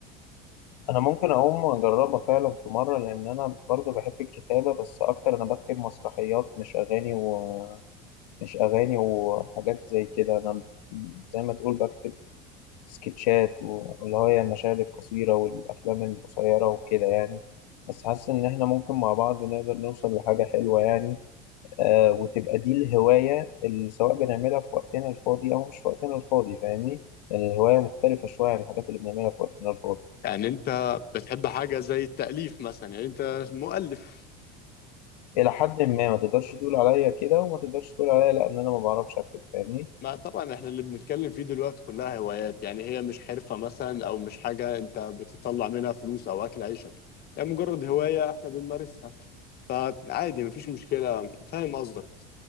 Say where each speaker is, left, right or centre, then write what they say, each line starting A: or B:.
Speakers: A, on the left; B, on the left.
A: أنا ممكن أقوم أجربها فعلا في مرة لأن أنا برضو بحب الكتابة بس أكتر أنا بكتب مسرحيات مش أغاني ومش أغاني وحاجات زي كده أنا زي ما تقول بكتب سكتشات واللي هي المشاهد القصيرة والأفلام القصيرة وكده يعني بس حاسس إن إحنا ممكن مع بعض نقدر نوصل لحاجة حلوة يعني آه وتبقى دي الهواية اللي سواء بنعملها في وقتنا الفاضي أو مش في وقتنا الفاضي فاهمني؟ يعني الهواية مختلفة شوية عن الحاجات اللي بنعملها في وقتنا الفاضي
B: يعني انت بتحب حاجة زي التأليف مثلا يعني انت مؤلف
A: إلى حد ما ما تقدرش تقول عليا كده وما تقدرش تقول عليا لأ إن أنا ما بعرفش أكتب فاهمني؟
B: ما طبعا احنا اللي بنتكلم فيه دلوقتي كلها هوايات يعني هي مش حرفة مثلا او مش حاجة انت بتطلع منها فلوس او اكل عيشك يعني مجرد هواية احنا بنمارسها فعادي مفيش مشكلة فاهم قصدك